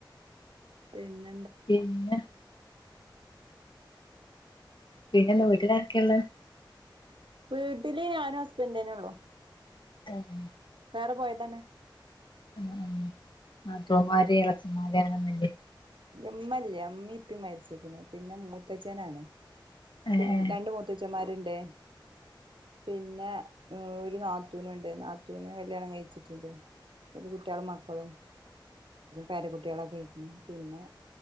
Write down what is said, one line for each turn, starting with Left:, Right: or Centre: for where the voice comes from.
Right: പിന്നെ
Left: പിന്നെ പിന്നെന്താ വീട്ടിലാരൊക്കെ ള്ളേ
Right: വീട്ടില് ഞാനും ഹസ്ബൻഡെന്നെ ഉള്ളൂ
Left: <inaudible>
Right: വേറെ പോയതന്നെ
Left: ഉം ആ നാത്തൂന്മാര് ഇളച്ഛന്മാര്‌ അങ്ങനെ ന്നും ല്ലേ
Right: ല്ല ഇമ്മല്ല്യ ഇമ്മിം ഇപ്പിം മരിച്ച്ക്ക്ണ് പിന്നെ മൂ ത്തച്ഛനാണ്
Left: ഏ
Right: പിൻ
Left: ഏ
Right: രണ്ട് മൂത്തച്ഛന്മാര്ണ്ട് പിന്നെ ഒരു നാത്തൂനുണ്ട് നാത്തൂന് കല്യാണം കഴിച്ചിട്ട്ണ്ട് ഓല് കുട്ട്യാളും മക്കളും പേര കുട്ട്യാളൊക്കെ അയിക്ക്ണ് പിന്നെ